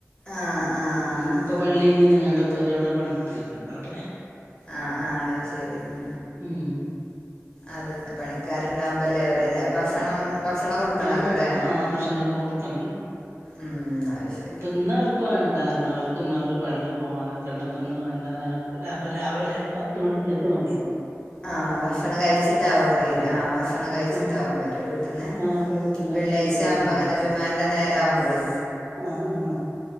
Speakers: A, on the left; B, on the right.
A: ആഹ് ആഹ്
B: ഉം.. ഇപ്പൊ പള്ളി നിങ്ങാണ്ടോക്കെ- ഒരോടെ പണിക്കൊക്കണ്ട അവിടെ?
A: ആഹ് ആഹ് അത് ശരി ഉം
B: ഉം.. !
A: അതന്നെ, പണിക്കാരുണ്ടാവുമ്പല്ലേ ഭക്ഷണം. ഭക്ഷണം കൊടുക്കണല്ലോല്ലേ
B: ആഹ ആ ഭക്ഷനൊക്കെ കൊടുത്താ മതി.
A: ഉം അത് ശരി
B: ഇന്നവർക്ക് വേണ്ടാ പറഞ്ഞി, അവർക്ക് ഇന്ന ഒരു പള്ളി- പോവാനൊക്കെ ഇണ്ടപ്പ ഇന്ന വേണ്ടാന.. അപ്പോ രാവിലെ പത്ത് മണിക്കത്ത് മതി.
A: ആഹ... ഭക്ഷണം കഴിച്ചിട്ടാവും വര,
B: പറഞ്ഞു
A: ആഹ ഭക്ഷണം കഴിച്ചിട്ടാവും
B: ആഹ്
A: വര. വീട്ടിന്ന്!
B: ആഹ് അവരെ വീട്ടിന്ന്
A: വെള്ളിയാഴ്ച
B: കഴിച്ചിട്ട് വരാണ്ന്ന്
A: ആവുമ്പോ, അങ്ങനെ ജുമാന്റെ നേര ആവുമ്പോളെ.
B: ആഹ.. ആഹ..